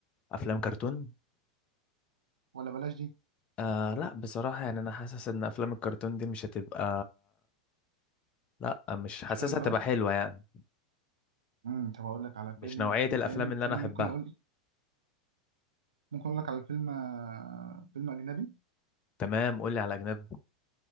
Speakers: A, on the left; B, on the right.
A: افلام كرتون
B: ولا بلاش دي
A: آه لا بصراحه يعني انا حاسس ان افلام الكرتون دي مش هتبقى لا مش حاسسها
B: مش حلو
A: هتبقى
B: ها
A: حلوه يعني
B: امم طب اقول لك على
A: مش
B: فيلم
A: نوعيه الافلام
B: تاني
A: اللي
B: فيلم
A: انا احبها
B: ممكن اقول ممكن اقول لك على فيلم آه، فيلم اجنبي
A: تمام قول لي على اجنبي